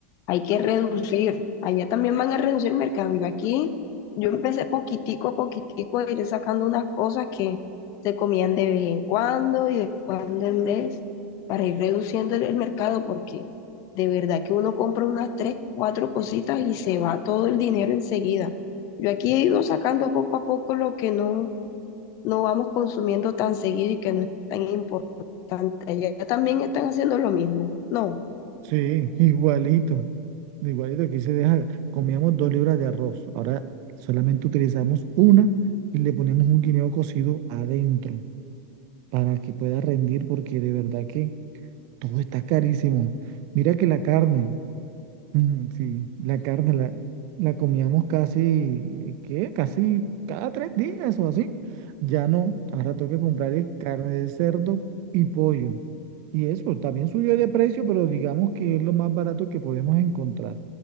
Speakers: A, on the left; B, on the right.
A: hay que reducir. Allá también van a reducir mercado. Y aquí yo empecé poquitico a poquitico a ir sacando unas cosas que se comían de vez en cuando y de cuando en vez para ir reduciendo el, el mercado porque de verdad que uno compra unas tres, cuatro cositas y se va todo el dinero enseguida. Yo aquí he ido sacando poco a poco lo que no no vamos consumiendo tan seguido y que no es tan importante. Allá también están haciendo lo mismo. No,
B: Sí, igualito, igualito, aquí se deja, comíamos dos libras de arroz, ahora solamente utilizamos una y le ponemos un guineo cocido adentro. para que pueda rendir, porque de verdad que todo está carísimo. Mira que la carne, ujú, sí, la carne la, la comíamos casi, ¿qué? Casi cada tres días o así. Ya no, ahora toca comprar es carne de cerdo y pollo. Y eso también subió de precio, pero digamos que es lo más barato que podemos encontrar.